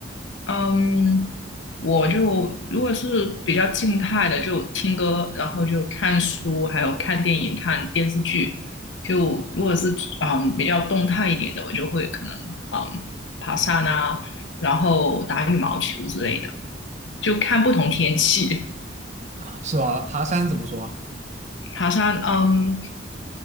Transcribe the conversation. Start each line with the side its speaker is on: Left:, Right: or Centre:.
Left: 嗯，我就如果是比较静态的，就听歌，然后就看书，还有看电影、看电视剧。就如果是嗯比较动态一点的，我就会可能嗯爬山啊，然后打羽毛球之类的，就看不同天气。
Right: <laughs> 是吧？爬山怎么说？
Left: 爬山，嗯，